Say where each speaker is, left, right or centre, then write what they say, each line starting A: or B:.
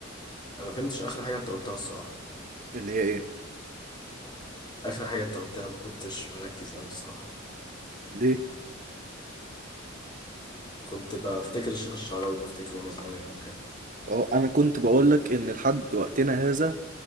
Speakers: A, on the left (about 20°); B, on the right (about 40°).
A: انا ما فهمتش اخر حاجة انت قلتها الصراحة
B: اللي هي ايه
A: اخر حاجة انت قلتها ما كنتش مركز قوي الصراحة
B: ليه
A: كنت بفتكر الشيخ الشعراوي بفتكره وانا صغير وكده
B: اه انا كنت بقول لك ان لحد وقتنا هذا